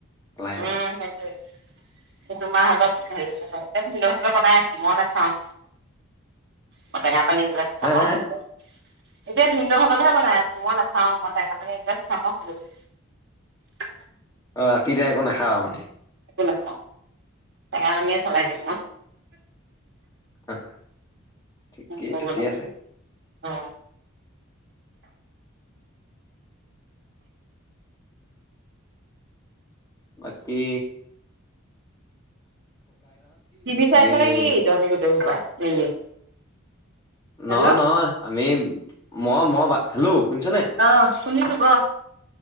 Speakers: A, on the left (about 15°); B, on the right (about 55°).
A: লাইনত
B: উম সেইটোৱে সেইটো মাহতৰ <unintelligible> বনাই আছে মই নাখাওঁ। মই টেঙা পানী এইবিলাক খাম-
A: হা হা
B: এতিয়া ভিন্দৈহতলৈহে বনাই আছো। মই নাখাওঁ মই টেঙা পানী এগিলাচ খাম আৰু হৈ যাব। <unintelligible>
A: অ' ৰাতিতে একো নাখাওঁ মানে।
B: একো নাখাওঁ টেঙা পানীয়ে চলাই দিম মই।
A: অ' ঠিকেই
B: হৈ
A: ঠিকেই
B: গ'ল আও
A: আছে।
B: অ'
A: বাকি।
B: টি ভি চাইছ
A: এ
B: নে কি তহতি গোটেই সোপা মিলি। হেল্ল'
A: নহয় নহয় আমি মই মই হেল্লো শুনিছ নাই
B: অ শুনিছো ক